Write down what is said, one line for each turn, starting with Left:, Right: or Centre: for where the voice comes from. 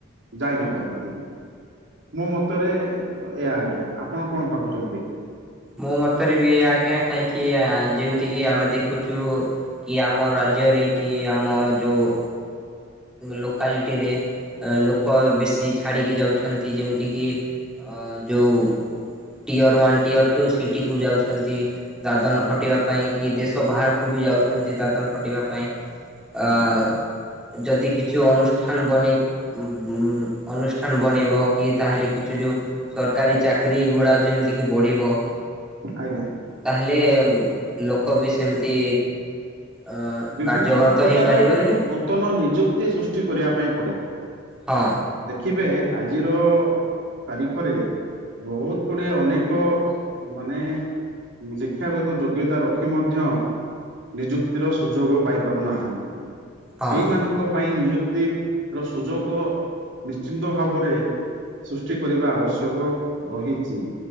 Right: ଯାଇ ନ ପାରନ୍ତି। ମୋ ମତରେ ଏ ଆଜ୍ଞା ଆପଣ କଣ ଭାବୁଛନ୍ତି?
Centre: ମୋ ମତରେ ବି ଆଜ୍ଞା କାହିଁକି ଯେମିତି କିି ଆମେ ଦେଖୁଛୁ କି ଆମ ରାଜ୍ୟରେ କି ଆମ ଯୋଉ ଲୋକାଲିଟିରେ ଲୋକ ବେଶୀ ଛାଡ଼ିକି ଯାଉଛନ୍ତି ଯେମିତି କିି ଅ ଯେଉଁ ଟିୟର ୱାନ୍ ଟିୟର୍ ଟୁ ସିଟିକୁ ଯାଉଛନ୍ତି। ଦାଦନ
Right: ଆଜ୍ଞା
Centre: ଖଟିବା ପାଇଁ କି ଦେଶ ବାହାରକୁ ବି ଯାଉଛନ୍ତି ଦାଦନ ଖଟିବା ପାଇଁ
Right: ଆଜ୍ଞା
Centre: ଅ ଯଦି କିଛି ଅନୁଷ୍ଠାନ ବନେଇ ଉଁ ଅନୁଷ୍ ଷ୍ଠାନ ବନେଇବ କି ତାହେଲେ କିଛି ଯେଉଁ ସରକାରୀ ଚାକିରରି ଗୁଡ଼ାକ ଯେମିତିକି ବଢ଼ିବ
Right: ଆଜ୍ଞା।
Centre: ତାହେଲେ ଲୋକ ବି ସେମିତି ଅ
Right: ବିଭିନ୍ନ
Centre: କାର୍ଯ୍ୟକର
Right: ପ୍ରକାର
Centre: ତ ହେଇପାରିପାରିବେ।
Right: ନୂତନ ନିଯୁକ୍ତି ସୃଷ୍ଟି କରିବା ପାଇଁ ପଡିବ।
Centre: ହଁ।
Right: ଦେଖିବେ ଆଜିର ତାରିଖରେ ବହୁତ ଗୁଡିଏ ଅନେକ ମାନେ ଶିକ୍ଷାଗତ ଯୋଗ୍ୟତା ରଖି ମଧ୍ୟ ନିଯୁକ୍ତିର ସୁଯୋଗ ପାଇ ପାରୁନାହାନ୍ତି।
Centre: ହଁ
Right: ସେଇମାନ ଙ୍କ ପାଇଁ ନିଯୁକ୍ତି ର ସୁଯୋଗ ନିଶ୍ଚିନ୍ତ ଭାବରେ ସୃଷ୍ଟି କରିବା ଆବଶ୍ୟକ ରହିଛି।